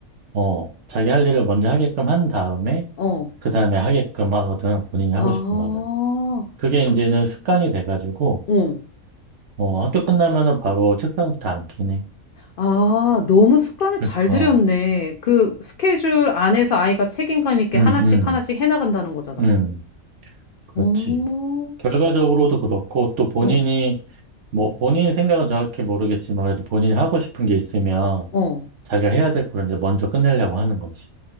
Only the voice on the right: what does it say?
어 자기 할 일을 먼저 하게끔 한 다음에
그다음에 하게끔 하거든 본인이 하고
싶은 거를. 그게
이제는 습관이 돼가지고
어 학교 끝나면은 바로 책상부터 앉긴 해.
그러니까
음,
음,
음, 그렇지.
결과적으로도 그렇고 또 본인이
뭐 본인 생각은 정확히 모르겠지만 그래도 본인이 하고 싶은 게 있으면
자기가 해야 될 걸 이제 먼저 끝내려고 하는 거지.